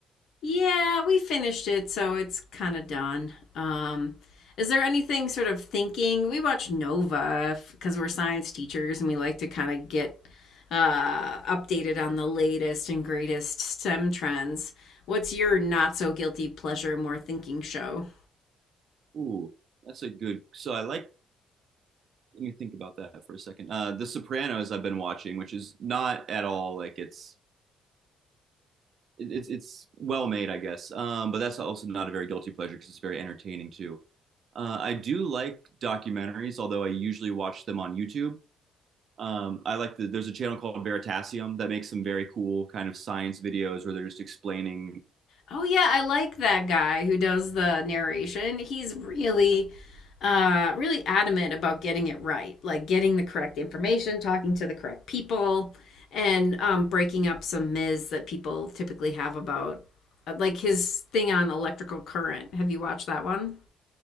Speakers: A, on the left (about 70°); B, on the right (about 60°).
A: Yeah, we finished it, so it's kind of done. Um, is there anything sort of thinking? We watch Nova because we're science teachers and we like to kind of get uh, updated on the latest and greatest STEM trends. What's your not so guilty pleasure, more thinking show?
B: Ooh, that's a good. So I like. Let me think about that for a second. Uh, The Sopranos I've been watching, which is not at all like it's it- it's it's well made, I guess. Um, but that's also not a very guilty pleasure because it's very entertaining too. Uh, I do like documentaries, although I usually watch them on YouTube. Um, I like the there's a channel called Veritasium that makes some very cool kind of science videos where they're just explaining.
A: Oh yeah, I like that guy who does the narration. He's really uh really adamant about getting it right, like getting the correct information, talking to the correct people, and um breaking up some myths that people typically have about uh, like his thing on electrical current. Have you watched that one?